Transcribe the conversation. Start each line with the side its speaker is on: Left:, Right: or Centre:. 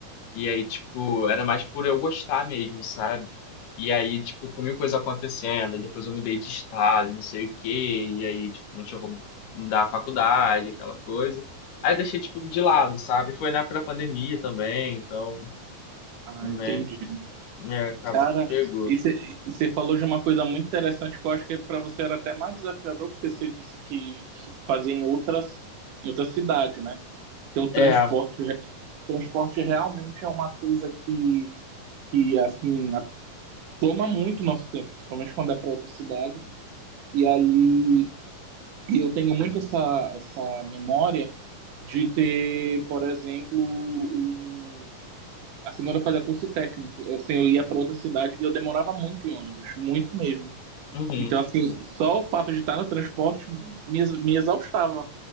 Left: E aí, tipo, era mais por eu gostar mesmo, sabe? E aí, tipo, com mil coisas acontecendo, e depois eu mudei de estado, não sei o quê, e aí, tipo, não tinha como mudar a faculdade, aquela coisa. Aí eu deixei, tipo, de lado, sabe? Foi na época da pandemia também, então,
Right: Ah,
Left: né,
Right: entendi.
Left: é, acabou
Right: Cara,
Left: que pegou.
Right: e você falou de uma coisa muito interessante que eu acho que pra você era até mais desafiador, porque você disse que, que fazia em outras, em outra cidade, né? Então, o transporte,
Left: É,
Right: re- transporte realmente é uma coisa que, que assim, a- toma muito nosso tempo, principalmente quando é para outra cidade. E ali E eu tenho muito essa, essa memória de ter, por exemplo, o... assim, quando eu fazia curso técnico, eu, assim, eu ia para outra cidade e eu demorava muito em ônibus, muito mesmo.
Left: uhum.
Right: Então, assim, só o fato de estar no transporte me, ex- me exaustava.